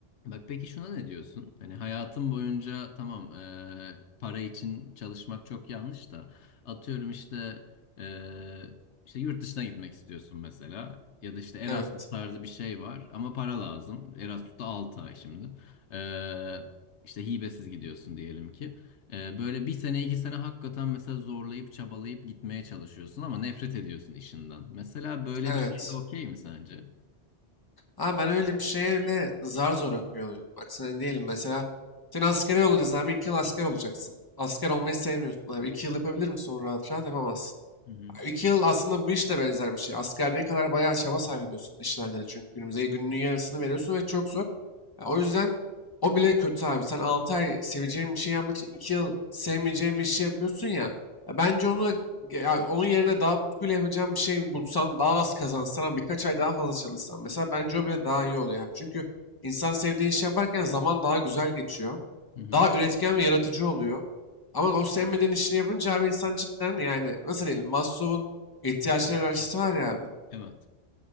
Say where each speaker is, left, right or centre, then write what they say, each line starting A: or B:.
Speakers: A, on the left (about 75°); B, on the left (about 20°).
A: Bak peki şuna ne diyorsun? Hani hayatın boyunca tamam ee, para için çalışmak çok yanlış da atıyorum işte. e, işte yurt dışına gitmek istiyorsun mesela ya da işte Erasmus
B: evet,
A: tarzı bir şey var ama para lazım. Erasmus'ta da ay şimdi. Ee, işte hibesiz gidiyorsun diyelim ki. Ee, böyle bir sene iki sene hakikaten mesela zorlayıp çabalayıp gitmeye çalışıyorsun ama nefret ediyorsun işinden. Mesela böyle
B: evet.
A: bir şey de okey mi sence?
B: Abi ben öyle bir şeye öyle zar zor okuyor oluyorum. Bak sen diyelim mesela sen askere yollanacağız abi iki yıl asker olacaksın. Asker olmayı sevmiyorsun abi. İki yıl yapabilir misin onu rahat rahat yapamazsın.
A: Hı hı.
B: İki yıl aslında bu iş de benzer bir şey. Askerliğe kadar bayağı çaba sarf ediyorsun işlerde de çünkü günümüze gününün yarısını veriyorsun ve çok zor. Ya o yüzden o bile kötü abi. Sen 6 ay seveceğin bir şey yapmak için 2 yıl sevmeyeceğin bir şey yapıyorsun ya. Ya bence onu ya onun yerine daha tutkuyla yapacağın bir şey bulsan, daha az kazansan ama birkaç ay daha fazla çalışsan. Mesela bence o bile daha iyi oluyor. abi. Çünkü insan sevdiği iş yaparken zaman daha güzel geçiyor.
A: Hı hı.
B: Daha üretken ve yaratıcı oluyor. Ama o sevmediğin işini yapınca abi insan cidden yani nasıl diyelim Maslow'un ihtiyaçlar hiyerarşisi var ya abi.
A: Evet.